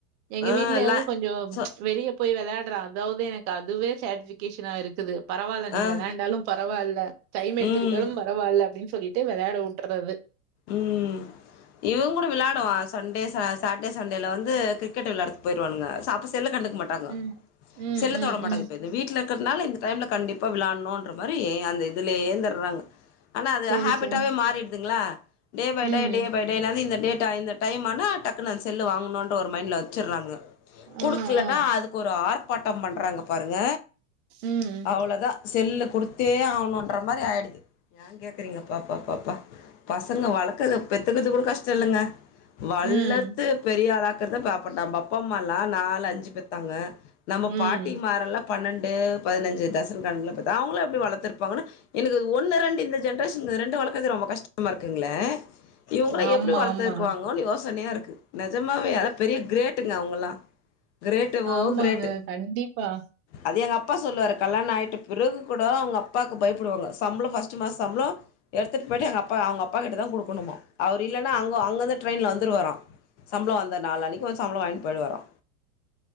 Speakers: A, on the right; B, on the left.
A: எங்க
B: ஆ
A: வீட்லயாவது
B: ல
A: கொஞ்சொ
B: சொ
A: வெளிய போய் வெளையாடுறான் அதாவ்து எனக் கு அதுவே சாட்ஃபிக்கேஷ்னா இருக்குது பரவால்ல நீ
B: ஆ
A: விளாண்டாலும் பரவால்ல டைம் எடுத்துக்
B: ம்
A: ட்டாலும் பரவால்ல அப்டின்னு சொல்லிட்டு விளையாட உட்றது
B: ம் இவன் கூட விளாடுவான் சண்டே ச சா ட்டே சண்டேல வந்து கிரிக்கெட்ட விளாடுது பெயிருவானுங்க சப்ப செல்ல கண்டுக்க மாட்டாங்க
A: ம். ம்,
B: செல்ல
A: ம்,
B: தொட மாட்டாங்க
A: ம்.
B: இப்ப இது வீட்ல இருக்கிறனால இந்த டைம்ல கண்டிப்பா விளாணுன்கற மாரி அந்த இதுலயே இருந்துர்றாங்க ஆனா அது
A: சரி,
B: ஹேபிட்டாவே
A: சரி.
B: மாறிடுதுங்ளா டே பை
A: ம்.
B: டே டே பை டே என்னாது இந்த டேட்டா இந்த டைம் ஆனா டக்குனன்ஸ் செல்லு வாங்கணுனு ஒரு மைண்டல வெச்சிர்றாங்க குடுக்கலனா
A: ஆ, ஆ.
B: அது ஒரு ஆர்ப்பாட்டம் பண்றாங்க பாருங்க
A: ம்.
B: அவ்ளதா செல்ல குடுத்தே ஆகணுன்ற மாரி ஆயிடுது ஏன் கேக்குறீங்க பா பா பா ப சங்க வளக்கது பெத்துகுது கூட கஷ்டோ இல்லங்க வளர்த்து
A: ம்,
B: பெரிய ஆளா க்கிறத பாப்போ நம்ம அப்பா அம்மால்லா நாலு அஞ்சு பெத்தாங்க நம்ம
A: ம்.
B: பாட்டி மாறெல்லா பன்னெண்டு பதினஞ்சு டெசன் கணக்குல பெத்தாங்க அவுங்கெல்லா எப்டி வளர்த்து இருப்பாங்கனா எனக்கு ஒன்னு ரெண்டு இந்த ஜென்ரேஷன் இந்த ரெண்டு வளக்கறதே ரொம்ப கஷ்டமா இருக்குங்ளே இவுங்கெல்லா
A: ஆமா,
B: எப்டி வளர்த்துருக்குவாங்கோனு
A: ஆமா.
B: ஓசனையா இருக்கு நிஜமாவே அதெல்லா பெரிய கிரேட்டுங்க அவுங்கெல்லா கிரேட் ஓ
A: ஆமாங்க.
B: கிரேட்டு
A: கண்டிப்பா.
B: அது எங்க அப் அப்பா சொல்லுவாரு கல்யாணயிட்டு பிறகு கூட அவுங்க அப்பாக்கு பயப்படுவாங்க சம்பளோ ஃபர்ஸ்ட் மாச சம்பளோ எடுத்துட்டு போயிட்டு எங்க அப்பா அவுங்க அப்பாகிட்டதா குடுக்கணுமா அவரு இல்லனா அங் அங்கேந்து ட்ரெய்ன்ல வந்துருவாரா சம்பளோ வந்த நாலு அன்னைக்கு வந்து சம்பளோ வாங்கிட்டு போயிடு வாரா